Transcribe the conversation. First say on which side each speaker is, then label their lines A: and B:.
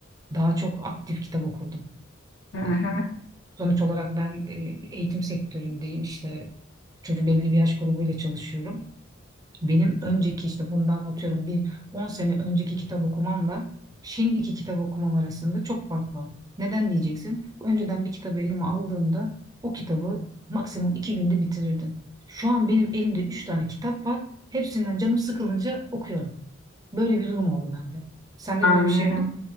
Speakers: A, on the right; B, on the left.
A: daha çok aktif kitap okurdum.
B: hı hı,
A: E, sonuç olarak ben e, eğitim sektöründeyim işte çocuk belli bir yaş grubuyla çalışıyorum. Benim önceki işte bundan atıyorum bir 10 sene önceki kitap okumamla şimdiki kitap okumam arasında çok fark var. Neden diyeceksin? Önceden bir kitabı elime aldığımda o kitabı maksimum iki günde bitirirdim. Şu an benim elimde üç tane kitap var. Hepsinden canım sıkılınca okuyorum. Böyle bir durum oldu bende. Sende
B: anlıyorum.
A: böyle bir şey oldu mu?